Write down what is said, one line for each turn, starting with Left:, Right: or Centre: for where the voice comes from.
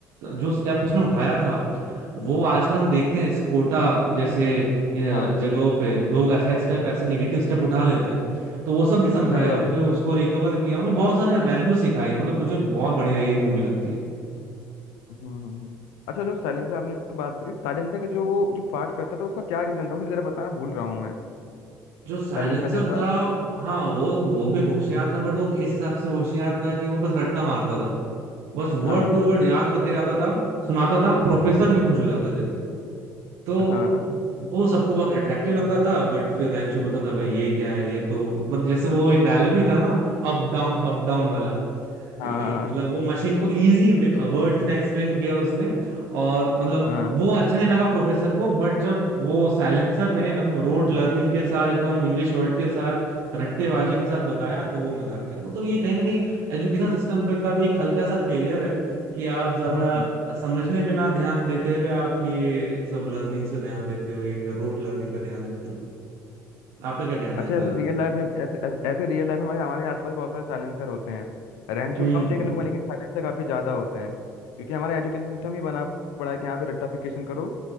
Right: जो स्टेप उसने उठाया था वो आजकल हम देखते हैं जैसे कोटा जैसे अ,
Left: हाँ
Right: जगहों पे लोग ऐसे स्टेप ऐसे निगेटिव स्टेप उठा लेते हैं तो वो सब भी समझाया
Left: सुसाइड वाले
Right: फिर उसको रिकवर किया मतलब बहुत सारे वैल्यू सिखाई मतलब मुझे बहुत बढ़िया ये मूवी लगती है
Left: हम्म हम्म, हम्म। अच्छा जो साइलेंसर आपने बात करी साइलेंसर का जो वो जो फाट करता था उसका क्या रीजन था मुझे जरा बताना भूल रहा हूँ मैं
Right: जो साइलेंसर
Left: साइलेंसर जो था
Right: था हाँ वो वो भी होशियार था बट वो इस हिसाब से होशियार था कि वो बस रट्टा मारता था बस वर्ड
Left: हाँ
Right: टू वर्ड याद करके जाता था सुनाता था प्रोफेसर भी खुश हो जाते थे तो
Left: हाँ
Right: वो सबको बहुत अट्रैक्टिव लगता था बट फिर रैंचो बोलता था भाई ये क्या है ये तो मतलब जैसे वो एक डायलॉग भी था ना अप डाउन अप डाउन वाला
Left: हाँ
Right: ए-
Left: हाँ
Right: मतलब वो मशीन को इजी वर्ड्स में एक्सप्लेन किया उसने और मतलब
Left: हाँ
Right: वो अच्छा नहीं लगा प्रोफेसर को बट जब वो साइलेंसर ने हम रोट लर्निंग के साथ एकदम इंग्लिश वर्ड के साथ रट्टेबाजी के साथ बताया तो वो मजा आ गया तो, तो ये कहीं ना कहीं एजुकेशन सिस्टम पे का भी एक हल्का सा फेलियर है कि आप ज्यादा
Left: हम्म
Right: समझने पे ना ध्यान देते हुए आप ये सब लर्निंग्स पे ध्यान देते हो ये रोट लर्निंग पे ध्यान देते हो आपका क्या कहना
Left: अच्छा
Right: है इस बारे
Left: ऐसे
Right: में
Left: रियल लाइफ में ऐसे ऐसे ऐसे रियल लाइफ में हमारे हमारे आसपास बहुत सारे साइलेंसर होते हैं रैंचो
Right: हम्म
Left: कम देखने को मिलेंगे साइलेंसर काफी ज्यादा होते हैं क्योंकि हमारा एजुकेशन सिस्टम ही बना पड़ा है कि यहाँ पे रट्टाफिकेशन करो